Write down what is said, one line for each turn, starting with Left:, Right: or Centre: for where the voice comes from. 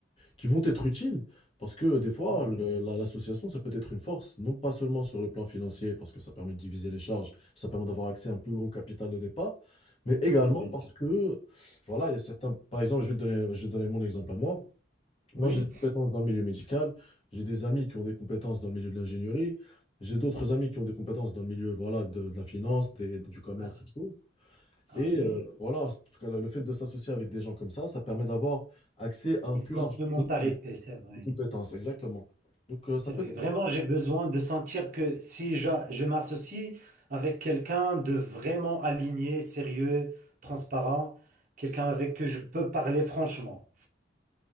Left: qui vont être utiles, parce que des
Right: C'est
Left: fois,
Right: vrai,
Left: le- la- l'association, ça peut être une force, non pas seulement sur le plan financier, parce que ça permet de diviser les charges, ça permet d'avoir accès à un plus gros capital de départ, mais également
Right: à vrai
Left: parce
Right: dire.
Left: que, voilà, il y a certains, par exemple, je vais te donner, je vais te donner mon exemple à moi. Moi,
Right: Oui,
Left: j'ai des compétences dans le milieu médical, j'ai des amis qui ont des compétences dans le milieu de l'ingénierie, j'ai d'autres amis qui ont des compétences dans le milieu voilà, de, de la finance, des- du commerce
Right: ah, c'est-
Left: et tout.
Right: ah
Left: Et
Right: oui,
Left: euh, voilà, en tout cas, le fait de s'associer avec des gens comme ça, ça permet d'avoir accès à un
Right: une
Left: plus
Right: complémentarité,
Left: large pool de
Right: c'est vrai.
Left: de compétences, exactement. Donc, euh, ça
Right: C'est
Left: peut
Right: vrai.
Left: être...
Right: Vraiment, j'ai besoin de sentir que si j'a- je, m'associe avec quelqu'un de vraiment aligné, sérieux, transparent, quelqu'un avec qui je peux parler franchement.